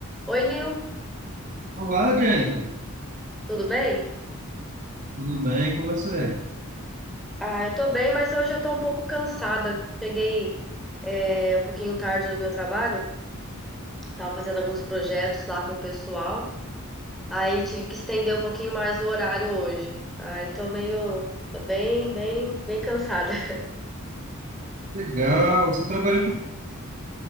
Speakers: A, in the centre; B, on the right (about 35°).
A: Oi, Nil,
B: Olá, Jennifer.
A: tudo bem?
B: Tudo bem com você?
A: Ah, eu tô bem, mas hoje eu tô um pouco cansada. Cheguei, é, um pouquinho tarde do meu trabalho, tava fazendo alguns projetos lá com o pessoal, aí tive que estender um pouquinho mais o horário hoje. Aí tô meio, tô bem, bem, bem cansada. <laughs>
B: Legal, você trabalha com...